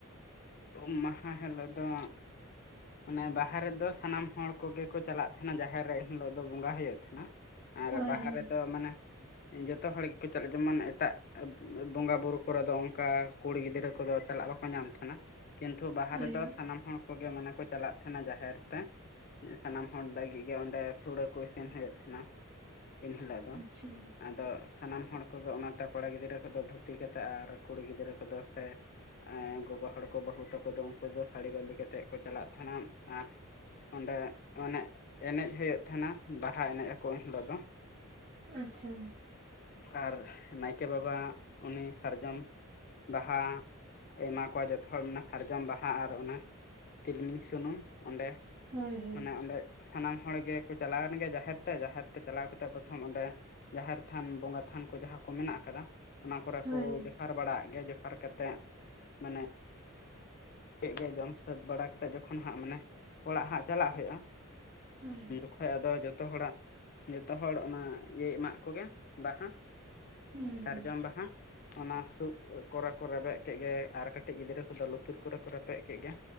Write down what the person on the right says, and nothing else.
ᱦᱳᱭ
ᱦᱳᱭ
ᱦᱳᱭ
ᱟᱪᱪᱷᱟ
ᱟᱪᱪᱷᱟ᱾
ᱦᱳᱭ ᱦᱳᱭ
ᱦᱳᱭ
ᱦᱳᱭ᱾
ᱦᱩᱸ
ᱦᱩᱸ